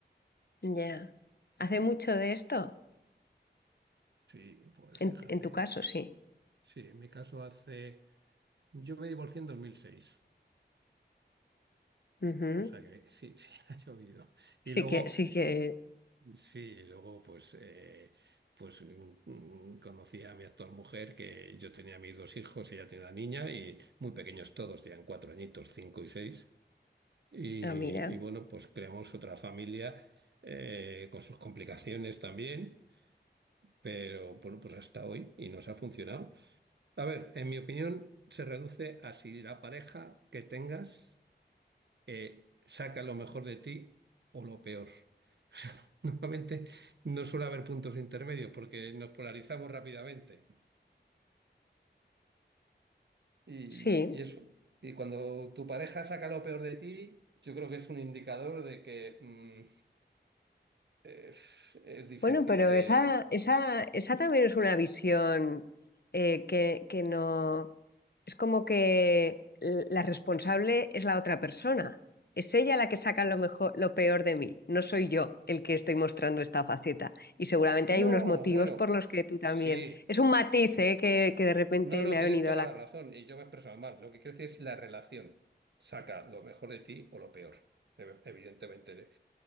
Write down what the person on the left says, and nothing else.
ya. Hace mucho de esto,
en,
en tu caso, sí.
Ujú.
Sí
que, sí que,
ah, mira,
sí.
Bueno, pero
esa, esa, esa también es una visión eh, que, que no. Es como que l- la responsable es la otra persona. Es ella la que saca lo mejor, lo peor de mí. No soy yo el que estoy mostrando esta faceta. Y seguramente
hay unos motivos
por los que tú también.
Es un matiz, ¿eh? que, que de repente
me ha
venido
a la.